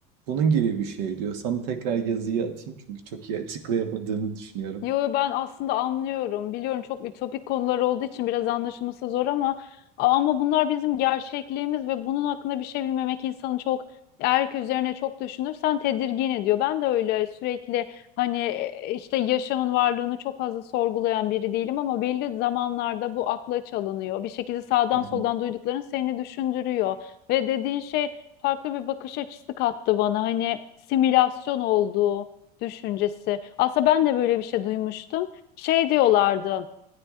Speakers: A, on the right; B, on the left.
A: Bunun gibi bir şey diyor. Sana tekrar yazıyı atayım çünkü çok iyi açıklayamadığımı düşünüyorum.
B: Yo yo, ben aslında anlıyorum. Biliyorum çok ütopik konular olduğu için biraz anlaşılması zor ama ama bunlar bizim gerçekliğimiz ve bunun hakkında bir şey bilmemek insanı çok erk üzerine çok düşünürsen tedirgin ediyor. Ben de öyle sürekli hani e, işte yaşamın varlığını çok fazla sorgulayan biri değilim ama belli zamanlarda bu akla çalınıyor. Bir şekilde sağdan
A: Hı hı.
B: soldan duydukların seni düşündürüyor ve dediğin şey farklı bir bakış açısı kattı bana. Hani simülasyon olduğu düşüncesi. Aslında ben de böyle bir şey duymuştum. Şey diyorlardı.